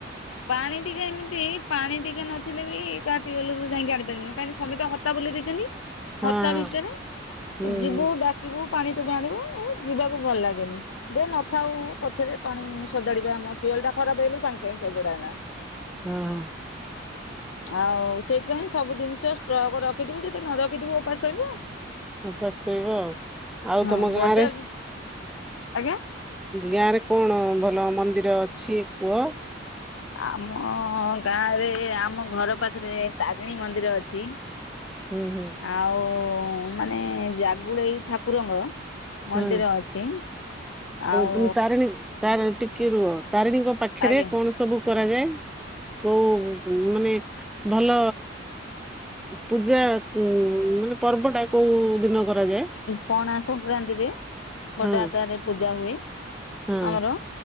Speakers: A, on the left (about 80°); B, in the centre.
A: ପାଣି ଟିକେ ଏମିତି ପାଣି ଟିକେ ନଥିଲେ ବି କାଲରୁ ଯାଇକି ଆଣିପାରିବନି କାହିଁକି ସମେତେ ତ ହତା ବୁଲି ଦେଇଛନ୍ତି।
B: ହଁ
A: ହତା ଭିତରେ
B: ହୁଁ
A: ଯିବୁ ଡାକିବୁ ପାଣି ଟୋପେ ଆଣିବୁ ଯିବାକୁ ଭଲ ଲାଗେନି ଦେ ନଥାଉ ପଛରେ ପାଣି ସଜାଡିବା ଆମର ଟି ଅଲଟା ଖରାପ ହେଲେ ସାଙ୍ଗେ ସାଙ୍ଗେ ସଜଡ଼ା ହେଲା।
B: ହଁ ହଁ।
A: ଆଉ ସେଇଥିପାଇଁ ସବୁ ଜିନିଷ ଷ୍ଟ୍ରକ ରଖିଥିବୁ ଯଦି ନ ରଖିଥିବୁ ଉପାସ ଶୋଇବୁ।
B: ଓପାସେ ଶୋଇବ ଆଉ ଆଉ
A: ହଁ
B: ତମ ଗାଁ
A: ବଜାର
B: ରେ?
A: ଆଜ୍ଞା?
B: ଗାଁ ରେ କଣ ଭଲ ମନ୍ଦିର ଅଛି କୁହ?
A: ଆମ ଗାଁ ରେ ଆମ ଘର ପାଖରେ ତାରିଣୀ ମନ୍ଦିର ଅଛି।
B: ହୁଁ ହୁଁ
A: ଆଉ ମାନେ ଜାଗୁଳେଇ ଠାକୁରଙ୍କର ମନ୍ଦିର
B: ହୁଁ
A: ଅଛି ଆଉ
B: ତମେ ତାରିଣୀ ତାର ଟିକେ ରୁହ ତାରିଣୀଙ୍କ ପାଖରେ
A: ଆଜ୍ଞା
B: କଣ ସବୁ କରାଯାଏ? କୋଉ ମାନେ ଭଲ ପୂଜା ଉ ପର୍ବଟା କୋଉ ଦିନ କରାଯାଏ?
A: ପଣା ସଂକ୍ରାନ୍ତିରେ ବଡ
B: ହଁ
A: ଆକାରରେ ପୂଜା ହୁଏ।
B: ହଁ
A: ଆମର